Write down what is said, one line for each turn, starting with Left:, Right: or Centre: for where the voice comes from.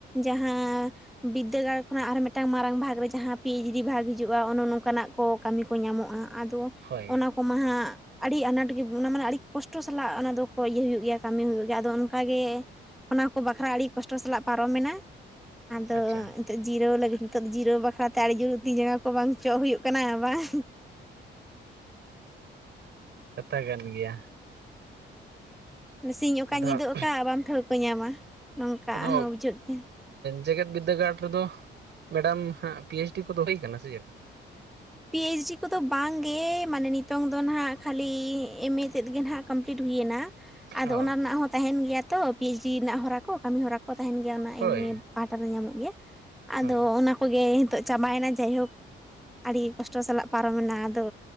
Centre: ᱡᱟᱦᱟᱸ ᱵᱤᱫᱽᱫᱟᱹᱜᱟᱲ ᱠᱷᱚᱱᱟᱜ ᱟᱨ ᱢᱤᱫᱴᱟᱝ ᱢᱟᱨᱟᱝ ᱵᱷᱟᱜᱽ ᱨᱮ ᱡᱟᱦᱟᱸ ᱯᱤ ᱮᱭᱤᱪ ᱰᱤ ᱡᱩᱫᱤ ᱵᱷᱟᱜᱽ ᱦᱤᱡᱩᱜᱼᱟ ᱚᱱᱮ ᱱᱚᱝᱠᱟ ᱱᱟᱜᱷ ᱠᱚ ᱠᱟᱹᱢᱤ ᱠᱚ ᱧᱟᱢᱚᱜᱼᱟ, ᱟᱫᱚ
Right: ᱦᱳᱭ
Centre: ᱚᱱᱟ ᱠᱚᱢᱟ ᱦᱟᱸᱜ ᱟᱹᱰᱤ ᱟᱱᱟᱴ ᱜᱮ ᱚᱱᱟ ᱢᱟᱱᱮ ᱟᱹᱰᱤ ᱠᱚᱥᱴᱚ ᱥᱟᱞᱟᱜ ᱚᱱᱟ ᱫᱚᱠᱚ ᱤᱭᱟᱹ ᱦᱩᱭᱩᱜ ᱜᱮᱭᱟ ᱠᱟᱹᱢᱤ ᱦᱩᱭᱩᱜ ᱜᱮᱭᱟ, ᱟᱫᱚ ᱚᱱᱠᱟᱜᱮ᱾ ᱚᱱᱟ ᱠᱚ ᱵᱟᱠᱷᱨᱟ ᱟᱹᱰᱤ ᱠᱚᱥᱴᱚ ᱥᱟᱞᱟᱜ ᱯᱟᱨᱚᱢᱮᱱᱟ᱾ ᱟᱫᱚ
Right: ᱟᱪᱪᱷᱟ
Centre: ᱱᱤᱛᱳᱜ ᱡᱤᱨᱟᱹᱣ ᱞᱟᱹᱜᱤᱫ ᱡᱤᱨᱟᱹᱣ ᱵᱟᱠᱷᱨᱟᱛᱮ ᱟᱹᱰᱤ ᱡᱳᱨ ᱛᱤ ᱡᱟᱸᱜᱟ ᱠᱚ ᱵᱟᱝ ᱪᱚᱜ ᱦᱩᱭᱩᱜ ᱠᱟᱱᱟ ᱵᱟᱝ᱾
Right: ᱠᱟᱛᱷᱟ ᱠᱟᱱ ᱜᱮᱭᱟ᱾
Centre: ᱥᱤᱧ ᱚᱠᱟ
Right: ᱟᱫᱚ
Centre: ᱧᱤᱫᱟᱹ
Right: ᱦᱟᱸᱜ
Centre: ᱚᱠᱟ ᱵᱟᱢ ᱴᱷᱟᱹᱣᱠᱟᱹ ᱧᱟᱢᱟ᱾ ᱱᱚᱝᱠᱟ
Right: ᱟᱫᱚ᱾
Centre: ᱦᱚᱸ ᱵᱩᱡᱷᱟᱹᱜ ᱜᱮᱭᱟ
Right: ᱡᱮᱸᱜᱮᱫ ᱵᱤᱫᱽᱫᱟᱹᱜᱟᱲ ᱨᱮᱫᱚ ᱢᱮᱰᱟᱢ ᱦᱟᱸᱜ ᱯᱤ ᱮᱭᱤᱪ ᱰᱤ ᱠᱚᱫᱚ ᱦᱩᱭ ᱠᱟᱱᱟ ᱥᱮ ᱪᱮᱫ?
Centre: ᱯᱤ ᱮᱭᱤᱪ ᱰᱤ ᱠᱚᱫᱚ ᱵᱟᱝᱜᱮ ᱢᱟᱱᱮ ᱱᱤᱛᱚᱝ ᱫᱚ ᱱᱟᱜᱷ ᱠᱷᱟᱹᱞᱤ ᱮᱢ ᱮ ᱛᱮᱫ ᱜᱮ ᱱᱟᱜᱷ ᱠᱚᱢᱯᱞᱤᱴ ᱦᱩᱭᱮᱱᱟ ᱾ ᱟᱫᱚ
Right: ᱚ
Centre: ᱚᱱᱟ ᱨᱮᱱᱟᱜ ᱦᱚᱸ ᱛᱟᱸᱦᱮᱱ ᱜᱮᱭᱟ ᱛᱚ ᱯᱤ ᱮᱭᱤᱪ ᱰᱤ ᱨᱮᱱᱟᱜ ᱦᱚᱨᱟ ᱠᱚ ᱠᱟᱹᱢᱤᱦᱚᱨᱟ ᱠᱚ ᱛᱟᱸᱦᱮᱱ ᱜᱮᱭᱟ ᱚᱱᱟ
Right: ᱦᱳᱭ
Centre: ᱮᱢ ᱮ ᱯᱟᱦᱴᱟ ᱨᱮ ᱧᱟᱢᱚᱜ ᱜᱮᱭᱟ ᱟᱫᱚ
Right: ᱦᱳᱭ
Centre: ᱚᱱᱟ ᱠᱚᱜᱮ ᱦᱤᱛᱚᱜ ᱪᱟᱵᱟᱭᱮᱱᱟ ᱡᱟᱭᱦᱳᱠ ᱾ ᱟᱹᱰᱤ ᱠᱚᱥᱴᱚ ᱥᱟᱞᱟᱜ ᱯᱟᱨᱚᱢᱮᱱᱟ ᱟᱫᱚ